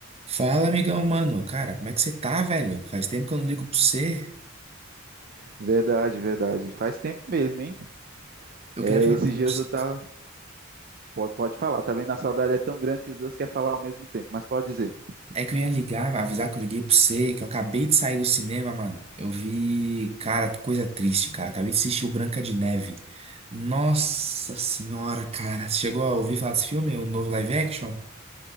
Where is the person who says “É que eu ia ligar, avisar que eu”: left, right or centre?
Right